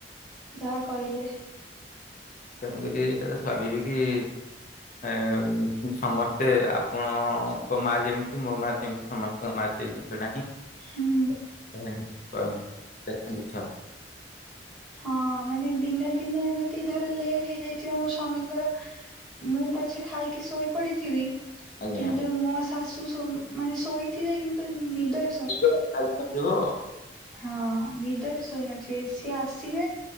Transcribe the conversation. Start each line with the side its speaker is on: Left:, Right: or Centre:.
Centre: ଯାହା କହିଲେ।
Left: <unintelligible> କି? ଏ ସମସ୍ତେ ଆପଣଙ୍କ ମା ଯେମିତି ମୋ ମା ସେମିତି। ସମସ୍ତଙ୍କୁ।
Centre: ହୁଁ।
Left: <unintelligible> <inaudible>
Centre: ହଁ ମାନେ ଦିନେ ଦିନେ ଏମିତି ଧର ଲେଟ୍ ହେଇଯାଇଥିବ ମୋ ସ୍ୱାମୀଙ୍କର। ମୁଁ ପଛେ ଖାଇକି ଶୋଇ ପଡିଥିବି।
Left: ଆଜ୍ଞା
Centre: କିନ୍ତୁ ମୋ ଶାଶୁ ସୋ ମାନେ ଶୋଇଥିବେ କିନ୍ତୁ ନିଦ
Left: <unintelligible> ଆଉ।
Centre: ହଁ ନିଦରେ ଶୋଇ ନଥିବେ ସିଏ ଆସିବେ